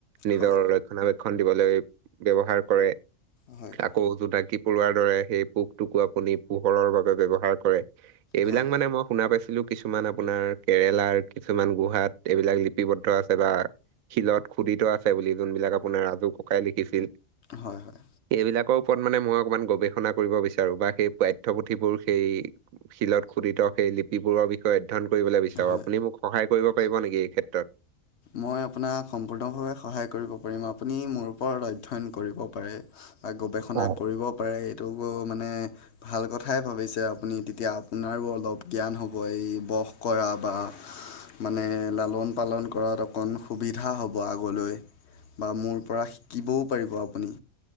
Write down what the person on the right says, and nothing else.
নিজৰ
ৰক্ষণাবেক্ষণ দিবলৈ ব্যৱহাৰ কৰে আ
আকৌ জোনাকি পৰুৱাৰ দৰে সেই পোকটোকো আপুনি পোহৰৰ বাবে ব্যৱহাৰ কৰে। এইবিলাক
মানে মই শুনা পাইছিলোঁ কিছুমান আপোনাৰ কেৰেলাৰ, কিছুমান গুৱহাট এইবিলাক লিপিবদ্ধ আছে বা শিলত খুদিত আছে বুলি যোনবিলাক আপোনাৰ আজু ককাই লিখিছিল।
এইবিলাকৰ ওপৰত মানে মই অকমান গৱেষণা কৰিব বিচাৰোঁ, বা সেই পাঠ্যপুথিবোৰ সেই শিলত খুদিত সেই লিপ লিপিবোৰৰ বিষয়ে অধ্যয়ন কৰিবলে বিচাৰোঁ,
আপুনি মোক সহায় কৰিব পাৰিব নেকি এই ক্ষেত্ৰত?
হয়,